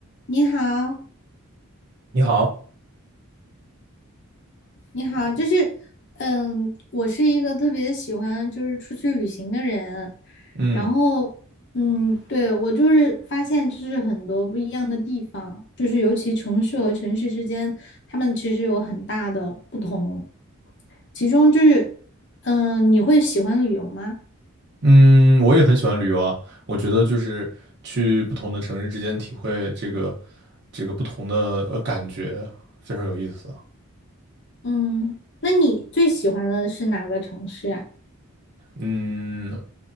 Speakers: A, on the left (about 55°); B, on the right (about 50°).
A: 你好，
B: 你好，
A: 你好，就是，嗯，我是一个特别喜欢就是出去旅行的人，
B: 嗯
A: 然后，嗯，对，我就是发现就是很多不一样的地方，就是尤其城市和城市之间，他们其实有很大的不同，其中就是，嗯，你会喜欢旅游吗？
B: 嗯，我也很喜欢旅游啊。我觉得就是去不同的城市之间体会这个这个不同的呃感觉，非常有意思啊。
A: 嗯，那你最喜欢的是哪个城市啊？
B: 嗯，